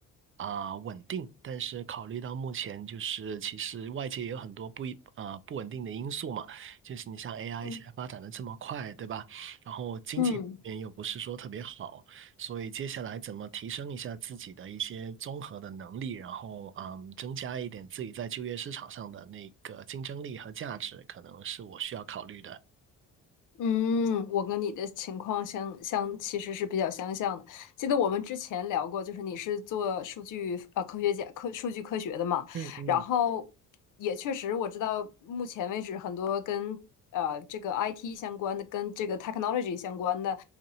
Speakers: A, on the right; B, on the left.
A: 啊、稳定，但是考虑到目前就是其实外界也有很多不一啊、不稳定的因素嘛，就是你像 AI
B: 嗯
A: 现在发展的这么快，对吧？然后经济方面又不是说特别好，
B: 嗯，
A: 所以接下来怎么提升一下自己的一些综合的能力，然后嗯，增加一点自己在就业市场上的那个竞争力和价值，可能是我需要考虑的。
B: 嗯，我跟你的情况相相其实是比较相像的。记得我们之前聊过，就是你是做数据呃科学家科数据科学的嘛，
A: 嗯嗯。
B: 然后也确实我知道，目前为止很多跟呃这个 IT 相关的，跟这个 technology 相关的，